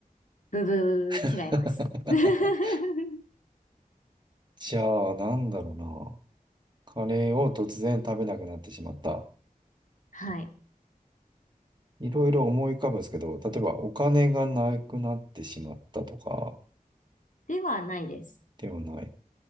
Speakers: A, on the left (about 60°); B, on the right (about 30°).
A: ブブー、
B: <laughs>
A: 違います。<laughs>
B: じゃあ、なんだろうな。カレーを突然食べなくなってしまった。
A: はい。
B: いろいろ思い浮かぶんですけど、例えばお金がなくなってしまったとか
A: ではないです。
B: ではない。